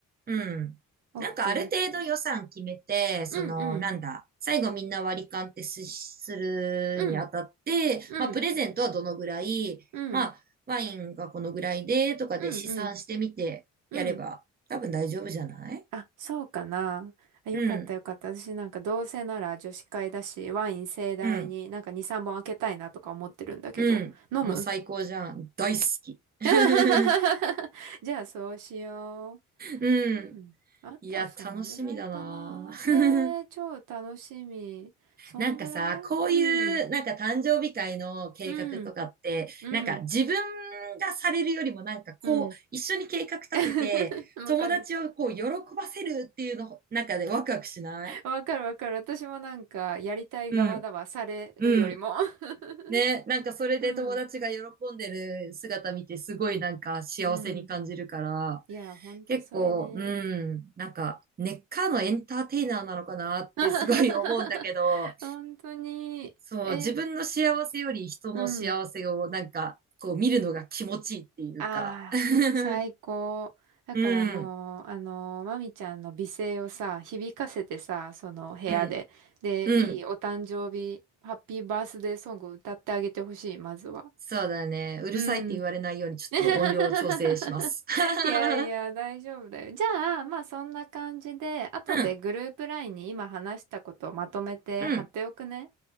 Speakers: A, on the right; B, on the right.
A: うん。
B: オッケーオッケー。
A: なんかある程度予算決めて、
B: うんうん。
A: その、なんだ、最後みんな割り勘ってす、するにあたって、
B: うん。うん。
A: まあ、プレゼントはどのぐらい、
B: うん。
A: まあ、ワインがこのぐらいで、とかで試算してみてやれば、
B: うんうん。うん。
A: 多分大丈夫じゃない
B: あ、そうかな。あよかったよかった。
A: うん、
B: 私なんかどうせなら女子会だし、ワイン盛大になんか2、
A: うん、
B: 3本開けたいなとか思ってるんだけど。
A: うん。
B: 飲む
A: もう最高じゃん。大好き。<laughs>
B: <laughs> じゃあそうしよ
A: うん。
B: う。うん。あと、
A: いや、
B: そんぐらいかな。
A: 楽しみだな。
B: ねえ、
A: <laughs>
B: 超楽しみ。そんぐらいうん。
A: なんかさ、こういう、なんか誕生日会の計画とかって、
B: うん。うん。
A: なんか自分がされるよりもなんかこう、
B: うん。
A: 一緒に計画立てて、
B: <laughs> わかる。
A: 友達をこう、喜ばせるっていうの、なんかでワクワクしない
B: わかるわかる。私もなんか、やりたい側だわ。
A: うん、
B: されるよりも。
A: うん。
B: <laughs>
A: ね、なんかそれで友達が喜んでる姿見て、
B: うん。
A: すごいなんか幸せに感じるから、
B: うん。いや、ほんとそれね。
A: 結構、うん、なんか根っからのエンターテイナーなのかなってすごい思うんだけど、
B: <laughs> 本当に。
A: そう、
B: え、
A: 自分の幸せより人の幸せをなんか、
B: うん。
A: こう見るのが気持ちいいっていうか。
B: ああ、
A: <laughs>
B: 最高。だからもう、
A: うん、
B: あの、まみちゃんの美声をさ、響かせてさ、その部屋で。
A: うん、
B: で、
A: うん。
B: いいお誕生日、ハッピーバースデーソングを歌ってあげてほしい、まずは。
A: そうだね。うるさいって言われないようにちょっと音量を調整します。
B: うん。<laughs>
A: <laughs>
B: いやいや、大丈夫だよ。じゃあ、まあそんな感じで、後でグループラインに今話したことをまとめて貼っておくね。
A: うん、うん、